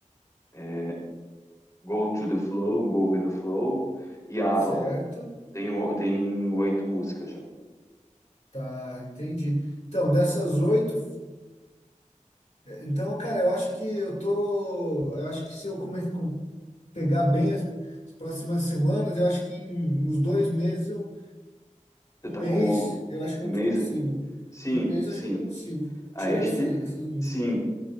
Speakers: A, on the left (about 25°); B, on the left (about 60°).
A: é, Go to the Flow, Go with the Flow e Avalon.
B: certo.
A: Tem, o- tem oito músicas já.
B: Tá, entendi. Então, dessas oito, então, cara, eu acho que eu tô, eu acho que se eu come, com- pegar bem as, as próximas semanas, eu acho que em uns dois meses, eu,
A: Você
B: um
A: tá
B: mês,
A: com
B: eu acho que
A: um
B: eu
A: mês?
B: consigo.
A: Sim,
B: Em um mês,
A: sim.
B: eu acho que eu consigo
A: A
B: tirar
A: este,
B: essa- essas músicas.
A: sim.